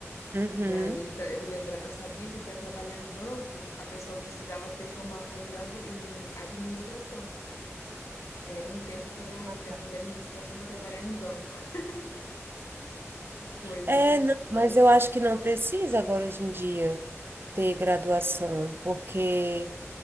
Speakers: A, on the right; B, on the left.
A: Uhum.
B: E aí, pra eu lembrar, eu sabia que para trabalhar no banco, a pessoa precisava ter formação em gradu em administração. E aí, um tempo eu falei, ah, eu quero
A: Tá.
B: fazer administração para trabalhar em banco. <laughs> Que coisa,
A: É,
B: né?
A: não, mas eu acho que não precisa agora, hoje em dia, ter graduação, porque